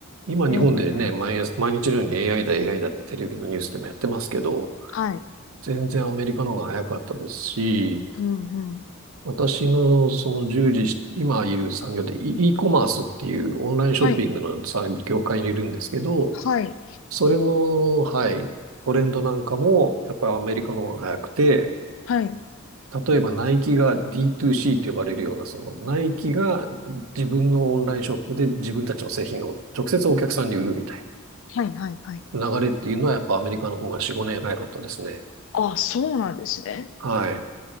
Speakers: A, on the right; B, on the left.
A: 今日本でね、
B: ええ、
A: 毎朝、毎日のように AI だ、AI だってテレビのニュースでもやってますけど、
B: はい。
A: 全然アメリカの方が早かったですし、
B: うん、うん。
A: 私のその従事し、今いる産業で e、e コマースっていうオンラインショッピングの産業界にいるんですけど、
B: はい。はい。
A: それの、はい、トレンドなんかもやっぱりアメリカの方が早くて、
B: はい。
A: 例えばナイキが D2C と呼ばれるような、そのナイキが自分のオンラインショップで自分たちの製品を直接お客さんに売るみたい
B: はい、はい、はい。
A: な流れっていうのはやっぱアメリカの方が4、5年早かったですね。
B: ああ、そうなんですね。
A: はい。